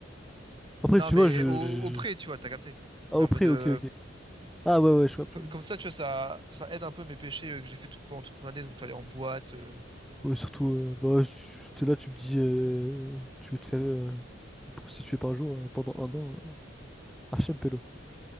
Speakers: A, in the centre; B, on the right.
A: Après,
B: Non,
A: tu
B: mais
A: vois, je...
B: au, au
A: je-
B: pré, tu vois, t'as capté.
A: Ah,
B: En
A: auprès,
B: mode, euh,
A: ok, ok. Ah ouais, ouais, je vois.
B: co-
A: je vois.
B: comme ça, tu vois, ça, ça aide un peu mes péchés euh, que j'ai fait toute, pendant toute mon année, donc aller en boîte. euh.
A: Ouais, surtout, euh, bah, si t'es là, tu me dis... euh, Tu veux te faire euh, prostituer par jour euh, pendant un an. euh, Hachem Pélo.